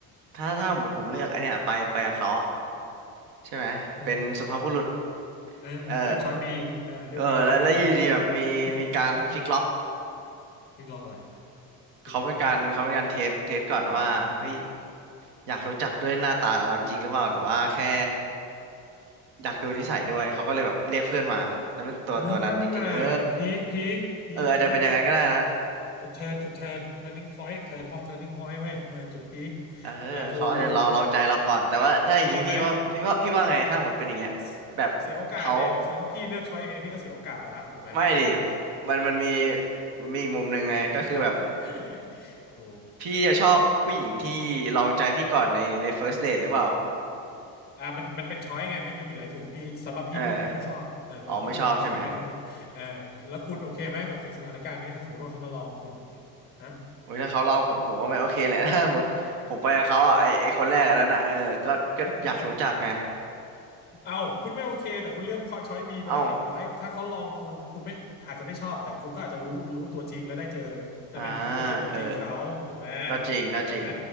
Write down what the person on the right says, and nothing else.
ถ้าถ้าหมดผมเลือกไอเนี้ยไปไปกับเขาอ่ะใช่ไหมเป็นสุภาพบุรุษ
เออเออแล้วแล้วอยู่ดีแบบมีมีการฟิกล็อก
เขาเป็นการเขาเป็นการเทสเทสก่อนว่าเฮ้ยอยากรู้จักด้วยหน้าตาเราจริงหรือเปล่าหรือว่าแค่อยากดูนิสัยด้วยเขาก็เลยแบบเรียกเพื่อนมาแล้วเป็นตัวตัวนั้นจริงๆเออ
เอออาจจะเป็นอย่างนั้นก็ได้นะ
เออเขาอาจจะลองลองใจเราก่อนแต่ว่าถ้าอย่างนี้พี่ว่าพี่ว่าพี่ว่าไงถ้าหมดเป็นอย่างเงี้ยแบบเขา
ไม่ดิมันมันมีมีอีกมุมหนึ่งไงก็คือแบบ
พี่จะชอบผู้หญิงที่ลองใจพี่ก่อนในใน first date หรือเปล่า
เอออ๋อไม่ชอบใช่ไหม
โอ้ยถ้าเขาลองผมผมก็ไม่โอเคแหละ <laughs> ถ้าสมมติผมไปกับเขาอ่ะไอไอคนแรกอันนั้นอ่ะเออก็ก็อยากรู้จักไง
เอ้าอ่าเออก็จริงก็จริง